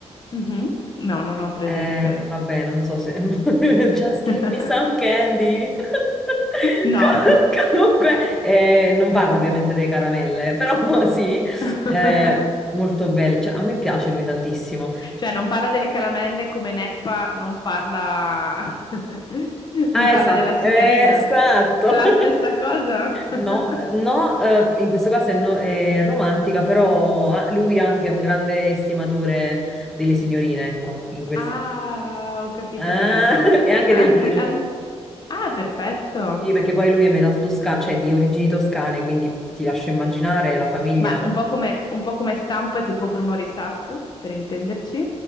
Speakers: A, on the left; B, in the centre.
A: Mhm. No, non ho presente.
B: Eh, vabbè, non so se... <laughs> Just
A: <laughs>
B: give me some candy. <laughs>
A: No,
B: Com- Comunque, eh, non parlo ovviamente dei caramelle, però <laughs> sì,
A: <laughs>
B: eh, molto bello. Cioè, a me piace lui tantissimo.
A: cioè non parla delle caramelle come Neffa non parla, <laughs>
B: Ah,
A: non parla
B: esatto,
A: della signorina.
B: esatto.
A: La
B: <laughs>
A: stessa cosa?
B: No,
A: <laughs>
B: eh, no, eh, in questo caso è, no- è romantica, però ah, lui anche è un grande estimatore delle signorine, ecco, in quel
A: Ah,
B: senso.
A: ho capito,
B: Ah,
A: ho capito.
B: <laughs> e anche
A: <laughs>
B: del vino.
A: Al- Ah, perfetto.
B: Sì, perché poi lui è metà toscano, cioè di origini toscane, quindi ti lascio immaginare la famiglia.
A: Ma un po' come, un po' come stampa tipo Bruno Risas, per intenderci?